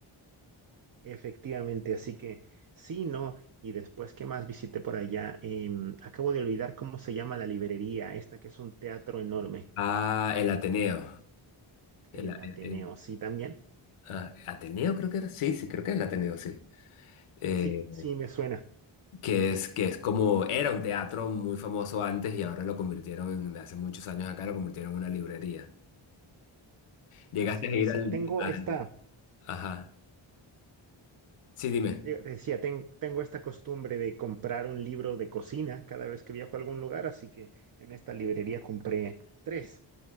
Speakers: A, on the right; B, on the left.
A: efectivamente, así que sí, no, y después, ¿qué más visité por allá? Em, acabo de olvidar cómo se llama la librería, esta que es un teatro enorme,
B: Ah, el Ateneo. El,
A: el Ateneo,
B: el- el-
A: sí, también,
B: ah, Ateneo creo que era. Sí, sí, creo que es el Ateneo, sí. Eh,
A: sí, sí, me suena,
B: que es, que es como, era un teatro muy famoso antes y ahora lo convirtieron en, hace muchos años acá lo convirtieron en una librería. Llegaste
A: así
B: a ir
A: es,
B: al,
A: y tengo
B: al-
A: esta...
B: ajá. Sí, dime.
A: Digo, Te decía, ten- tengo esta costumbre de comprar un libro de cocina cada vez que viajo a algún lugar, así que en esta librería compré tres,